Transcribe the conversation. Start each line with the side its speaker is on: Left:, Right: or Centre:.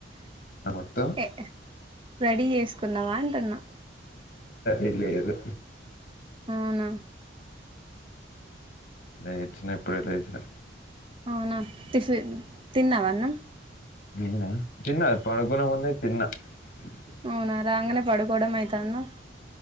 Left: నమత్త
Right: ఏ రెడీ చేసుకున్నావా అంటున్నా
Left: ఇలి ఇదు
Right: అవునా
Left: న ఇచ్చిన ఎప్పుడే లేసినాను
Right: అవునా తఫ తిన్నావాన్న
Left: మీదా తిన్న పడుకునే ముందే తిన్న అ
Right: అవునా రాంగనే పడుకోవడం అయితు అన్న